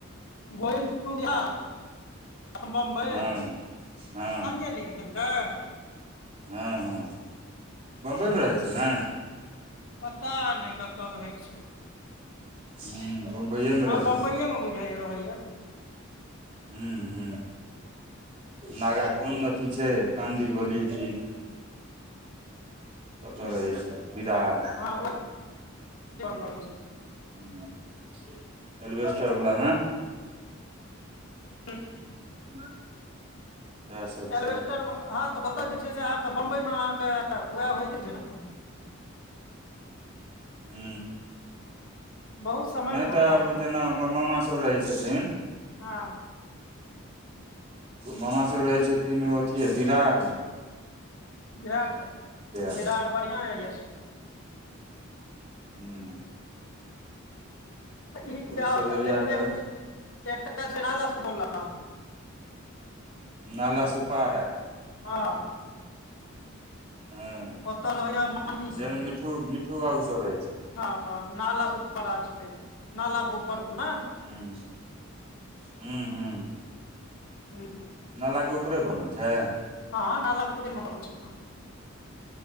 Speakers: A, on the left; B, on the right.
A: going to Bihar from Bombay
B: हँ हँ
A: संगे लिख देलकय
B: हँ हँ बम्बइमे रहै छै ने
A: पता नहि क तअ रहय छै
B: हूँ बम्बइएमे
A: हां
B: रहै
A: बम्बईये में बुझाईया रहय या
B: ह ह नागा कोन अथी छै काँदी बली की कतऽ
A: हूँ
B: रहै छै बिराड़
A: हँ मे होइ छै
B: ह ऐलवेस्टर बला मे
A: ठीक
B: <unintelligible>
A: एलवेस्टर
B: छै
A: हँ तऽ ओतय जे छै से अहाँ के बम्बई मे अहाँ के वएह होइते छै ने
B: हू
A: बहुत समय
B: नहि
A: खराब
B: तऽ आब जेना हमर मामा सभ रहै छथिन
A: हँ
B: मामा सब रहै छथिन ओ अथी हय बिरार मे
A: बिरार
B: आब
A: बढ़िआँ एरिया छै
B: हू
A: इ
B: ओहिसभ एरियामे
A: एकटा छै नाला सोलह
B: नाला सुपारा
A: हँ
B: हँ
A: ओतऽ रहैया मामी सब
B: जाहिमे मिठ्ठू मिठ्ठू बाबू सब रहै छै
A: हँ नाला सुपारा छै नाला के ऊपर मे
B: हुँ हुँ-हुँ
A: हुँ
B: नालाकें उपरे बनल छै
A: हाँ हाँ नालाकें उपरे मे बनल छै घर